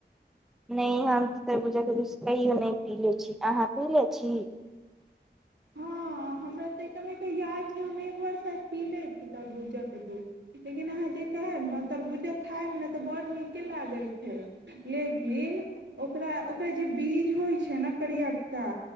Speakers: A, in the centre; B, on the right.
A: नहि हम तऽ तर पूजा करू कैयो नहि पी ले छी अहाँ पी ले छी
B: हँ हमरा तऽ समके याद छै हम एकबारसँ पी लै छी तरबूजकके दूध लेकिन अहाँ जे कहेब ने तरबूजा खायब ने तऽ बड़ नीके लागैत छै लेकिन ओकरा ओकरा जे बीज होइत छै ने करियक्का